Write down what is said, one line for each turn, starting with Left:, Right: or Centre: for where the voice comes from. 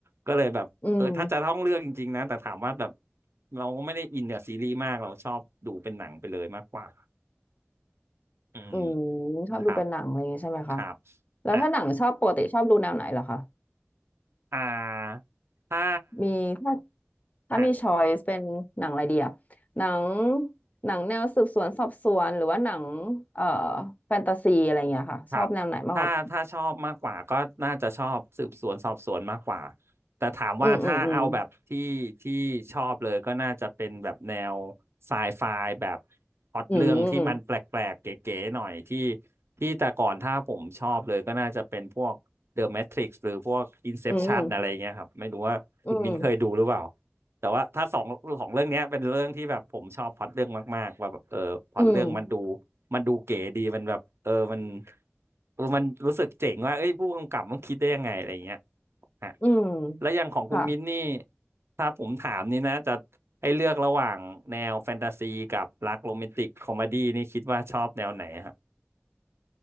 Right: ก็เลยแบบเออถ้าจะต้องเลือกจริงๆนะแต่ถามว่าแบบ
Left: อืม
Right: เราก็ไม่ได้อินกับซีรีส์มากเราชอบดูเป็นหนังไปเลยมากกว่าอืม
Left: อืมชอบดูเป็นหนังอะไรอย่างงี้ใช่ไหมคะ
Right: ครับ ครับ
Left: แล้วถ้าหนังชอบปกติชอบดูแนวไหนเหรอคะ
Right: อ่ะอ่าถ้า
Left: มีถ้าถ้ามีช้อยส์เป็นหนังอะไรดีอะหนัง
Right: ฮะ
Left: หนังแนวสืบสวนสอบสวนหรือว่าหนังเอ่อแฟนตาซีอะไรเงี้ยค่ะชอบแนวไหนมากกว่า
Right: ครับถ้าถ้าชอบมากกว่าก็น่าจะชอบสืบสวนสอบสวนมากกว่า แต่ถามว่าถ้าเอาแบบที่ที่ชอบเลยก็น่าจะเป็นแบบแนว
Left: อืมอืมอืม
Right: ไซไฟแบบพล็อตเรื่องที่มันแปลกๆ
Left: อืม
Right: เก๋ๆหน่อยที่ที่แต่ก่อนถ้าผมชอบเลยก็น่าจะเป็นพวก The Matrix หรือพวก Inception
Left: อืม
Right: อะไรเงี้ยครับไม่รู้ว่าคุณมินเคยดูหรือเปล่า
Left: อืม
Right: แต่ว่าถ้าสองของเรื่องเนี้ยเป็นเรื่องที่แบบผมชอบพล็อตเรื่องมากๆว่าแบบเออพล็อตเรื่องมันดู
Left: อืม
Right: มันดูเก๋ดีมันแบบเออมันเออมันรู้สึกเจ๋งว่าเอ้ยผู้กำกับมันคิดได้ยังไงอะไรอย่างเงี้ยฮะ
Left: อืมอืม
Right: แล้วอย่างของคุณมิ้นนี่
Left: ค่ะ
Right: ถ้าผมถามนี่นะจะให้เลือกระหว่างแนวแฟนตาซีกับรักโรแมนติกคอมดี้นี่คิดว่าชอบแนวไหนฮะ